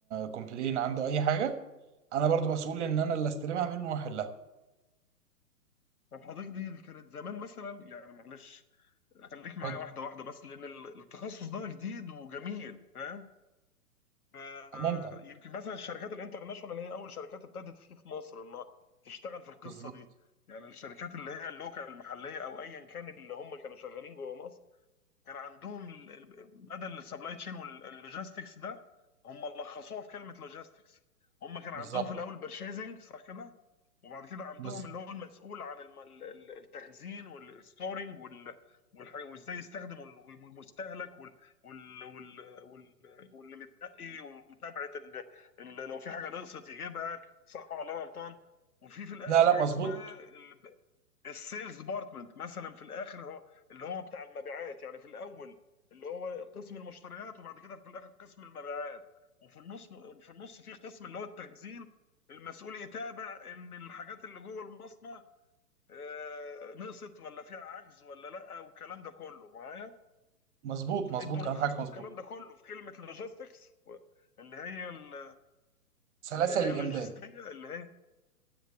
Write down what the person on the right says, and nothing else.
كومبلين عنده اي حاجه انا برضو مسؤول ان انا اللي استلمها منه واحلها
اتفضل
ممتع
بالظبط
بالظبط
بز...
لا لا
مظبوط
مظبوط مظبوط
كلام حضرتك مظبوط
سلاسل
الامداد